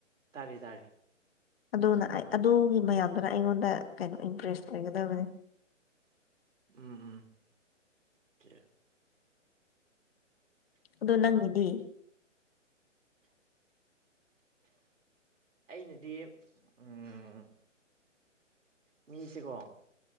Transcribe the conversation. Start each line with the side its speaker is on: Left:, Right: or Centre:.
Right: ꯇꯥꯔꯤ ꯇꯥꯔꯤ
Left: ꯑꯗꯨꯅ ꯑꯩ ꯑꯗꯨꯒꯤ ꯃꯌꯥꯝꯗꯨꯅ ꯑꯩꯉꯣꯟꯗ ꯀꯩꯅꯣ ꯏꯝꯄ꯭ꯔꯦꯁ ꯑꯣꯏꯒꯗꯕꯅꯤ
Right: ꯎꯝ ꯍꯨꯝ ꯑ‌ꯣꯀ‌ꯣ
Left: ꯑꯗꯣ ꯅꯪꯒꯤꯗꯤ
Right: ꯑꯩꯅꯗꯤ ꯎꯝ ꯃꯤꯁꯤꯀꯣ